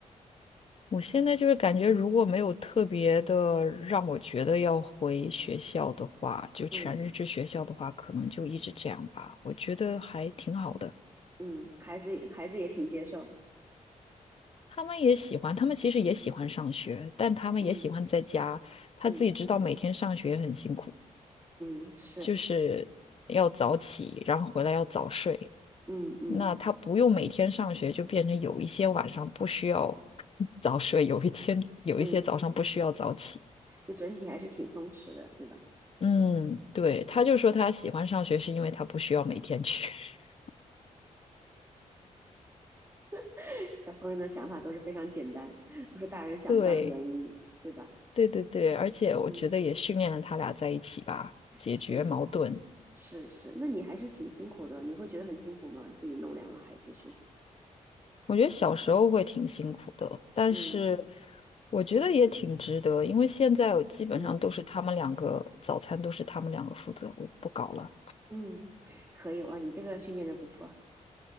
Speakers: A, on the left (about 45°); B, on the right (about 20°).
A: 我现在就是感觉，如果没有特别的让我觉得要回学校的话，就全日制学校的话，
B: 嗯
A: 可能就一直这样吧。我觉得还挺好的。
B: 嗯，孩子孩子也挺接受，
A: 他们也喜欢，他们其实也喜欢上学，但他们也喜欢在家。
B: 嗯
A: 他自己知道每天上学很辛苦，
B: 嗯嗯，是。
A: 就是要早起，然后回来要早睡。
B: 嗯嗯
A: 那他不用每天上学，就变成有一些晚上不需要早睡，有一天有一些早上不需要早起。
B: 嗯，就整体还是挺松弛的，对吧？
A: 嗯，对，他就说他喜欢上学是因为他不需要每天去。<laughs>
B: <laughs> 小朋友的想法都是非常简单，都是大人想不到的原因，
A: 对，
B: 对吧？
A: 对对对，而且我觉得也训练了他俩在一起吧，
B: 嗯，
A: 解决矛盾。
B: 是是是，那你还是挺辛苦的，你会觉得很辛苦吗？自己弄两个孩子学习，
A: 我觉得小时候会挺辛苦的，但是
B: 嗯
A: 我觉得也挺值得，因为现在我基本上都是他们两个，
B: 嗯
A: 早餐都是他们两个负责，我不搞了。
B: 嗯，可以哇，你这个训练的不错，